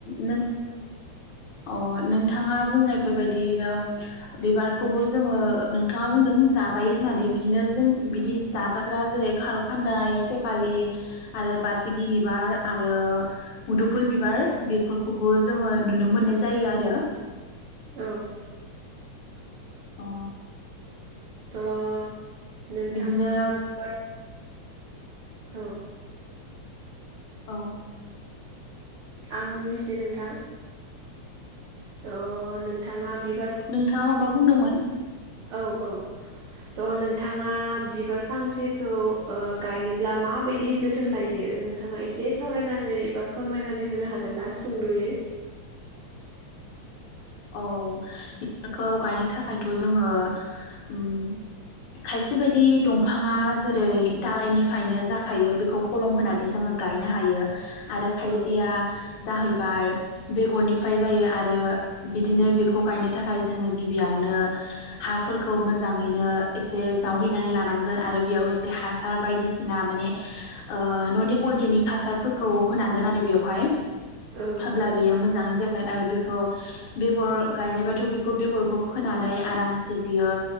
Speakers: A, on the left (about 75°); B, on the right (about 60°).
A: नों अ नोंथाङा बुंनायफोरबायदियैनो बिबारखौबो जोङो नोंथाङा बुंदों जाजायो होननानै बिदिनो जों बिदि जाजाग्रा जेरै खार' खान्दाय सेफालि आरो बासिगि बिबार आरो मुदुफुल बिबार बेफोरखौबो जोङो नुनो मोननाय जायो आरो
B: औ
A: अ
B: थ' नोंथाङा
A: बिदिनो
B: बिबार औ
A: औ
B: आं बुंनोसै नोंथां त नोंथाङा बि
A: नोंथाङा माबा बुंदोंमोन?
B: औ औ थ नोंथाङा बिबार फांसेखौ ओ गायनोब्ला माबायदि जोथोन लायो नोंथाङा एसे सावरायनानै एबा फोरमायनानै होनो हागोन ना सुंद'यै?
A: औ बिबारखौ गायनो थाखायथ' जोङो उम खायसे बायदि दंफाङा जेरै दालायनिफ्रायनो जाखायो बेखौ खलम होनानै जोङो गायनो हायो। आरो खायसेया
B: औ
A: जाहैबाय बेगरनिफ्राय जायो आरो बिदिनो बेखौ गायनो थाखाय जोङो गिबियावनो हाफोरखौ मोजाङैनो एसे जावग्लिनानै लानांगोन आरो बेयाव एसे हासार बायदिसिना माने ओ न'नि अर्गेनिक हासारफोरखौ होनांगोन आरो बेवहाय
B: औ
A: होब्ला बियो मोजाङै जागोन आरो बेखौ बेगर गायनायबाथ' बेखौ बेगरखौ फोनानै आरामसे बियो